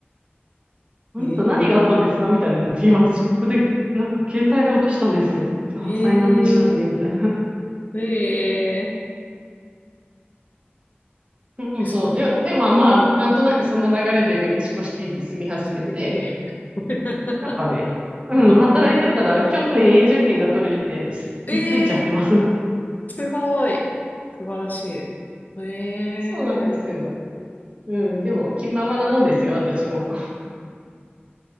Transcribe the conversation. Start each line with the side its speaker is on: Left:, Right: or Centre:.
Right: あなた何があったんですかみたいな。
Left: ええ
Right: いや、私ここで、なんか携帯落としたんですよ。とか、あ、
Left: え
Right: 災難でしたね。みたいな。
Left: えええ
Right: <laughs> うん、
Left: え、その、
Right: そう。で、で、まあまあ、なんとなくそんな流れでメキシコシティに住み始めて、
Left: すげえ。<laughs>
Right: なんかね、うん、
Left: あ
Right: 働いてたら去年永住権が取れて、
Left: ええ
Right: いついちゃってます。<laughs>
Left: ー、すごい。素晴らしい。ええー、
Right: そうなんですよ。うん、でも気ままなもんですよ、私も。